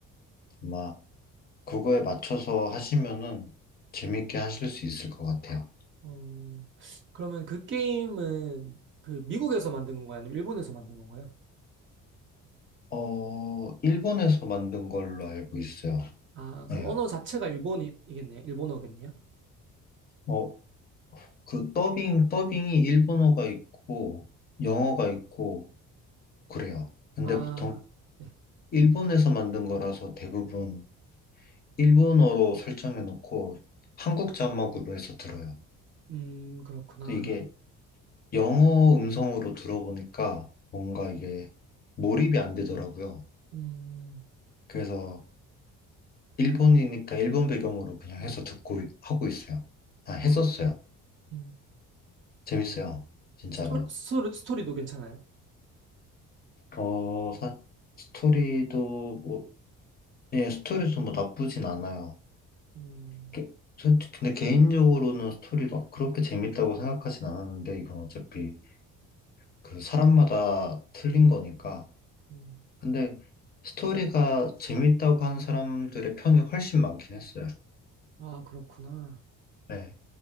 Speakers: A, on the left; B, on the right.
A: 아마 그거에 맞춰서 하시면은 재밌게 하실 수 있을 것 같아요.
B: 어, 그러면 그 게임은 그 미국에서 만든 건가요? 아니면 일본에서 만든 건가요?
A: 어, 일본에서 만든 걸로 알고 있어요.
B: 아,
A: 네.
B: 그럼 언어 자체가 일본이겠네요. 일본어겠네요.
A: 어, 그 더빙, 더빙이 일본어가 있고, 영어가 있고, 그래요. 근데
B: 아,
A: 보통
B: 네.
A: 일본에서 만든 거라서 대부분 일본어로 설정해 놓고 한국 자막으로 해서 들어요.
B: 음, 그렇구나.
A: 또 이게 영어 음성으로 들어보니까 뭔가 이게 몰입이 안 되더라고요.
B: 음,
A: 그래서 일본이니까 일본 배경으로 그냥 해서 듣고 있- 하고 있어요. 아, 했었어요.
B: 아, 음.
A: 재밌어요. 진짜로.
B: 스토, 스토리, 스토리도 괜찮아요.
A: 어, 사- 스토리도 뭐, 예, 스토리도 뭐 나쁘진 않아요.
B: 음,
A: 게- 저- 근데 개인적으로는 스토리 막 그렇게 재밌다고 생각하진 않았는데, 이건 어차피 그 사람마다 틀린 거니까.
B: 음.
A: 근데 스토리가 재밌다고 하는 사람들의 편이 훨씬 많긴 했어요.
B: 아, 그렇구나.
A: 네.